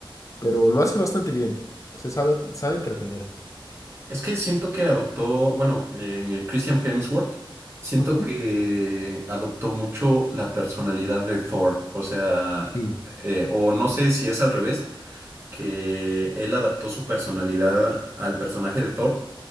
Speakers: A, on the left; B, on the right.
A: pero lo hace bastante bien. Se sabe, sabe entretener.
B: Es que siento que adoptó, bueno, eh, Christian Hemsworth, siento
A: Ujú,
B: que adoptó mucho la personalidad de Thor, o sea,
A: Sí.
B: eh, o no sé si es al revés que él adaptó su personalidad al personaje de Thor,